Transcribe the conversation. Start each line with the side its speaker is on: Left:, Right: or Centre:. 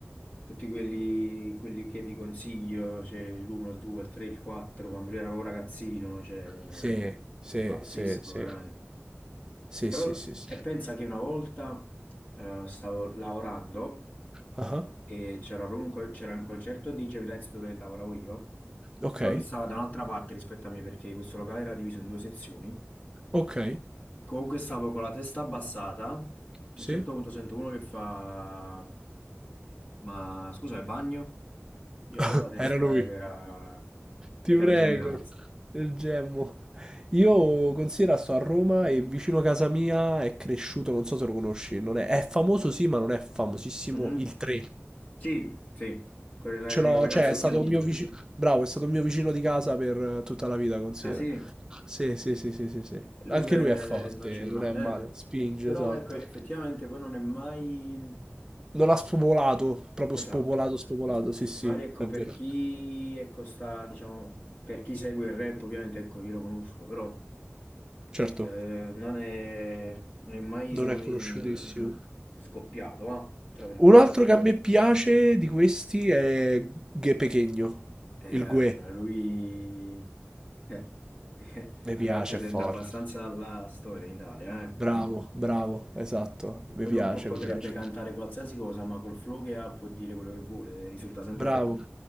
Left: tutti quelli, quelli che vi consiglio, cioè l'1, il 2, il 3, il 4, quando lui era proprio ragazzino, cioè,
Right: Sì, sì,
Left: pazzesco,
Right: sì, sì.
Left: veramente.
Right: Sì,
Left: Però,
Right: sì, sì, sì.
Left: e pensa che una volta eh, stavo lavorando.
Right: Ah,
Left: e c'era proprio un, co- c'era un concerto di Jamie Tights dove lavoravo io,
Right: Ok.
Left: però lui stava da un'altra parte rispetto a me perché questo locale era diviso in due sezioni.
Right: Ok,
Left: Comunque stavo con la testa abbassata, a
Right: sì,
Left: un certo punto sento uno che fa ma scusa, è bagno? Io
Right: <laughs>
Left: alzo la testa
Right: era lui.
Left: ed era, era
Right: Ti prego,
Left: Jamie Tights.
Right: il gemmo. Io considero sto a Roma e vicino a casa mia è cresciuto, non so se lo conosci, non è, è famoso sì, ma non è famosissimo
Left: Mhm.
Right: il 3.
Left: Sì, sì, quel ra-
Right: Ce l'ho,
Left: il ragazzo
Right: cioè è stato
Left: biondino.
Right: un mio vicino, bravo, è stato un mio vicino di casa per eh, tutta la vita, considera.
Left: Ah sì,
Right: Sì, sì, sì, sì, sì, sì.
Left: e
Right: Anche
Left: lui pure
Right: lui è forte,
Left: non c'è male,
Right: non è male,
Left: eh.
Right: spinge,
Left: Però
Right: esatto.
Left: ecco, effettivamente poi non è mai...
Right: Non ha spopolato, proprio spopolato,
Left: Esatto,
Right: spopolato, sì, sì,
Left: Mario, ecco,
Right: è
Left: per
Right: vero.
Left: chi ecco, sta, diciamo, per chi segue il rap, ovviamente, ecco, io lo conosco, però
Right: Certo,
Left: eh, non è, non è mai,
Right: non
Left: sono
Right: è
Left: mai
Right: conosciutissimo.
Left: scoppiato, va, tra virgolette.
Right: Un altro che a me piace di questi è Gue Pequeno,
Left: Eh,
Right: il Gue.
Left: lui eh, <laughs>
Right: Mi piace,
Left: rappresenta
Right: è forte.
Left: abbastanza la storia in Italia, eh.
Right: Bravo, bravo, esatto. Mi
Left: Quello
Right: piace,
Left: po- potrebbe
Right: mi piace.
Left: cantare qualsiasi cosa, ma col flow che ha può dire quello che vuole, risulta sempre
Right: Bravo.
Left: forte.